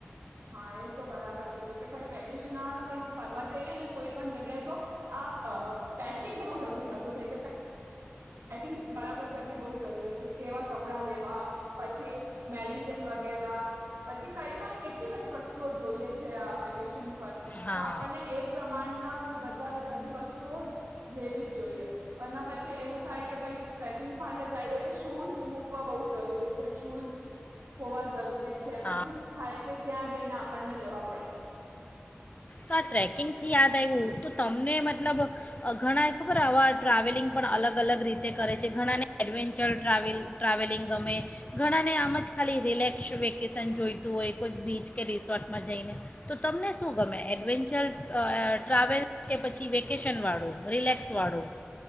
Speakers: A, on the right (about 75°); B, on the left (about 35°).
A: હા એ તો બરાબર કીધું કે ભાઈ વેકેશન આ કઈક ફરવા જઈએ ને કોઈ પણ જગ્યાએ તો આ પેકિંગ બહુ જરૂરી વસ્તુ છે અ પેકિંગ બરાબર કરવી બહુ જરૂરી છે કેવા કપડાં લેવા પછી મેડિસિન વગેરે પછી કઈ પણ કેટલી બધી વસ્તુઓ જોઈએ છે આ વેકેશન
B: હા
A: તો આપણને એ પ્રમાણના બધા બધી વસ્તુઓ લેવી જ જોઈએ. અનેના પછી એવું થાય કે ભાઈ ટ્રેકિંગ માટે જઈએ તો શુંઝ મૂકવા બહું જરૂરી છે શૂઝ હોવા જરૂરી છે
B: હા
A: પછી થાય ત્યાં જઈને આપણને લેવા પડે
B: તો આ ટ્રેકિંગથી યાદ આવ્યું તો તમને મતલબ ઘણા ખબર આવા ટ્રાવેલિંગ પણ અલગ અલગ રીતે કરે છે ઘણાને એડવેન્ચર ટ્રાવેલ ટ્રાવેલિંગ ગમે ઘણાને આમ જ ખાલી રિલેક્સ વ્યક્ વેકેશન જોઈતું હોય કોઈ બીચ કે રિસોર્ટમાં જઈને તો તમને શું ગમે એડવેન્ચર ટ્રાવેલ્સ કે પછી વેકેશનવાળો રિલેક્સવાળો